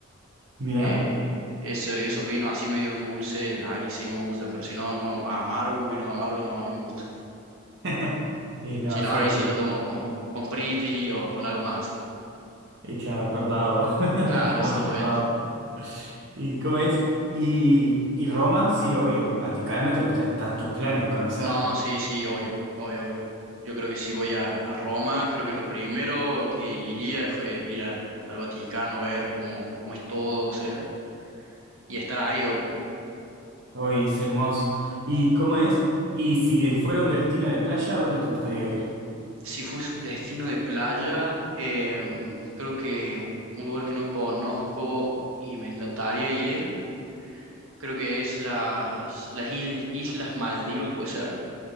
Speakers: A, on the right; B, on the right.
A: Mirá.
B: Eh, eso- esos vinos así medios dulces, ahí sí me gustan, pero si no, uno amargo, un vino amargo no, no me gusta.
A: <laughs> Y no,
B: Si no,
A: fuerte.
B: ahí sí lo tomo como con Priti o con algo más.
A: Y claro, cortado. <laughs>
B: Claro,
A: El famoso
B: exactamente.
A: cortado. ¿Y cómo es? Y, y Roma, sí, obvio. El Vaticano te gusta. Están tus planes conocer.
B: No, sí, sí, obvio, obvio, obvio. Yo creo que si voy a, a Roma, creo que lo primero que iría fue ir al, al Vaticano, ver cómo, cómo es todo, o sea. y estar ahí hoy.
A: Hoy es hermoso. ¿Y cómo es? Y si fuera un destino de playa, ¿a dónde te gustaría ir?
B: Si fuese un destino de playa, em, creo que un lugar que no conozco y me encantaría ir, creo que es las, las il- Islas Maldivas, puede ser.